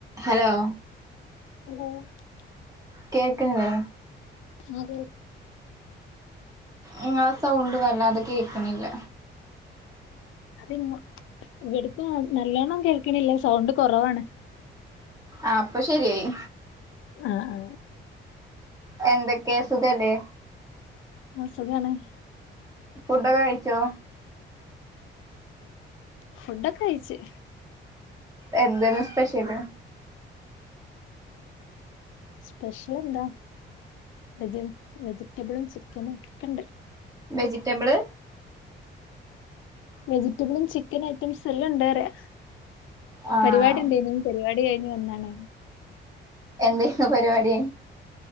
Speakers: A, on the right; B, on the left.
A: Hello?
B: <unintelligible>
A: കേക്കിണ്ല്ലേ?
B: അതെ
A: നിങ്ങളെ sound വല്ലാതെ കേക്കണില്ല.
B: അത് ഇവിടക്കും, നല്ലോണ്ണം കേൾക്കണില്ല സൗണ്ട് കുറവാണ്.
A: ആ അപ്പൊ ശെരിയായി
B: ആആ
A: എന്തൊക്കെ സുഖ് ല്ലേ
B: അ സുഖാണ്.
A: ഫുഡൊക്കെ കഴിച്ചോ?
B: ഫുഡൊക്കെ കഴിച്ച്.
A: എന്തേയ്ന്നു സ്പെഷ്യല്?
B: സ്പെഷ്യൽ എന്താ, വ വെജിറ്റബിളും, ചിക്കനും ഒക്കെണ്ട്.
A: വെജിറ്റബിള്
B: വെജിറ്റബിളും, ചിക്കൻ ഐറ്റംസും എല്ലം ണ്ട് പറയ.
A: ആഹ്
B: പരിപാടി ഇണ്ടേയ്നിം, പരിപാടി കയിഞ്ഞ് വന്നാണ്.
A: എന്തുന്നു പരിപാടി